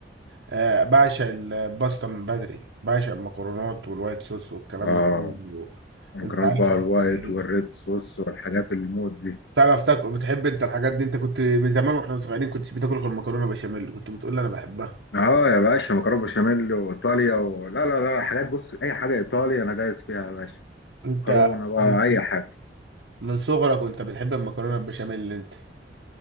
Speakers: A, on the right (about 75°); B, on the left (about 70°).
A: آه، بعشق الباستا من بدري بعشق المكرونات والوايت صوص والكلام
B: اه
A: ده كله
B: مكرونه
A: انت عارف
B: بقى
A: أنا
B: الوايت
A: بقول ايه
B: والريد صوص والحاجات الموت دي
A: تعرف تاكل بتحب انت الحاجات دي انت كنت من زمان واحنا صغيرين كنتش بتاكل غير المكرونه بشاميل كنت بتقول لي انا بحبها
B: اه يا باشا مكرونه بشاميل وايطاليا و... لا لا لا لا، حاجات بص اي حاجه ايطاليا انا دايس فيها يا باشا
A: انت
B: مكرونه بقى
A: من
B: اي حاجه
A: من صغرك وانت بتحب المكرونه البشاميل اللي انت